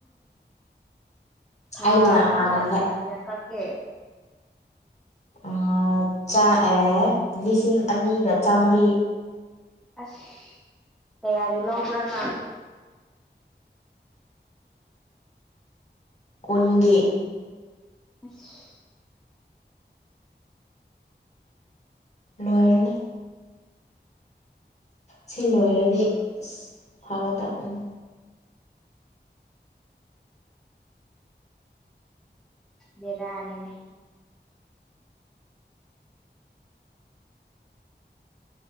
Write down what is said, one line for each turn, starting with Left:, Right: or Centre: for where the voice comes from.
Centre: ꯊꯥ
Left: ꯑꯩꯅ
Centre: ꯑꯃꯗ
Left: ꯍꯥꯟꯅ ꯂ
Centre: ꯀꯌꯥ ꯀꯌꯥ ꯀꯛ ꯀꯦ
Left: ꯑ ꯆꯥ ꯑꯦ ꯂꯤꯁꯤꯡ ꯑꯅꯤꯒ ꯆꯥꯝꯃꯔꯤ
Centre: ꯑꯁ ꯀꯌꯥꯒꯤ ꯂꯧꯕ꯭ꯔ ꯅꯪ
Left: ꯀꯨꯟꯒꯤ
Centre: ꯑꯁ
Left: ꯂꯣꯏꯔꯅꯤ ꯁꯤ ꯂꯣꯏꯔꯗꯤ ꯑꯁ ꯐꯒꯗꯕꯅꯤ
Centre: ꯕꯦꯔꯥꯅꯤꯅꯦ